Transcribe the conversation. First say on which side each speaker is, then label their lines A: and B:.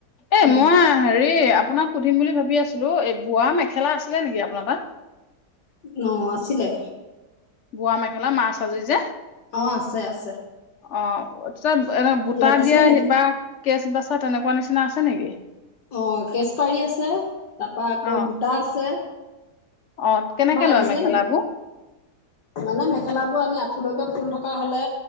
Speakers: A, on the left; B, on the left.
A: এ
B: উম
A: মই হেৰি আপোনাক সুধিম বুলি ভাবি- সুধি আছিলো, এই বোৱা মেখেলা আছিলে নেকি আপোনাৰ তাত?
B: ন আছিলে।
A: বোৱা মেখেলা মাছ আজি যে,
B: অ আছে আছে।
A: অ। তাত এ বুটা
B: লাগিছিলে
A: দিয়া
B: নেকি?
A: বা- কেচ বাচা তেনেকুৱা নিচিনা আছে নেকি?
B: অ কেচপাৰী আছে। তাপা আকৌ
A: অ
B: বুটা আছে।
A: অ কেনেকে
B: তোমাৰ লাগিছিলে
A: লয় মেখেলাবোৰ
B: নি মানে মেখেলা বোৰ আমি আথুলকে ফুল থকা হ'লে